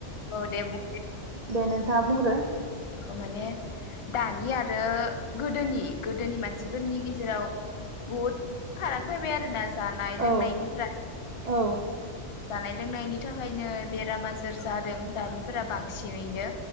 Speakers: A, on the left (about 45°); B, on the right (about 80°).
A: औ दे बुं
B: दे नोंथाङा बुंग्रो
A: माने दानि आरो गोदोनि गोदोनि मानसिफोरनि गेजेराव बहुत फाराग फैबाय आरो ना जानाय लोंनायनिफ्राय
B: औ औ
A: जानाय लोंनायनि थाखायनो बेराम आजार जादों दानिफोरा बांसिनैनो